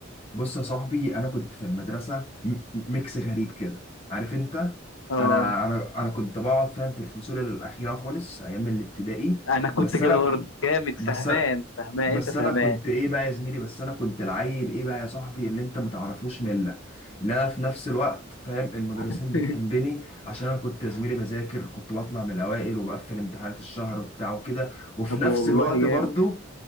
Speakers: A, on the left; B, on the left.
A: بص يا صاحبي انا كنت في المدرسه م- م- ميكس غريب كده عارف انت
B: اه
A: انا انا انا كنت بقعد فاهم في الفصول الاخيره خالص ايام الابتدائي
B: انا كنت
A: بس
B: كده
A: انا
B: برضه جامد
A: بس
B: فهمان فهمان
A: بس
B: انت فهمان
A: انا كنت ايه بقى يا زميلي بس انا كنت العيل ايه بقى يا صاحبي اللي انت متعرفوش مله لا في نفس الوقت فاهم المدرسين
B: <laughs>
A: بتحبني عشان انا كنت يا زميلي بذاكر كنت بطلع من الاوائل وبقفل امتحانات الشهر وبتاع وكده وفي
B: طب
A: نفس
B: والله
A: الوقت
B: جامد
A: برضو